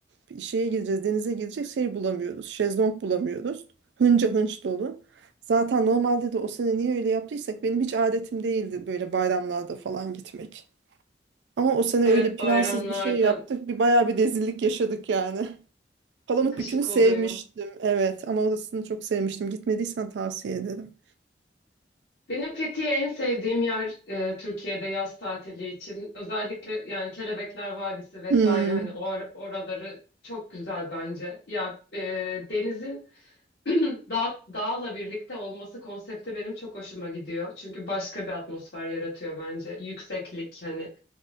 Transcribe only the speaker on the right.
bir şeye gideceğiz, denize gidecek şey bulamıyoruz. Şezlong bulamıyoruz. Hınca hınç dolu. Zaten normalde de o sene niye öyle yaptıysak benim hiç adetim değildi böyle bayramlarda falan gitmek. Ama o sene
öyle plansız
bir şey yaptık. Bir bayağı bir rezillik yaşadık yani. Palamutbükü'nü
sevmiştim.
Evet ama orasını çok sevmiştim. Gitmediysen tavsiye ederim.
Hmm,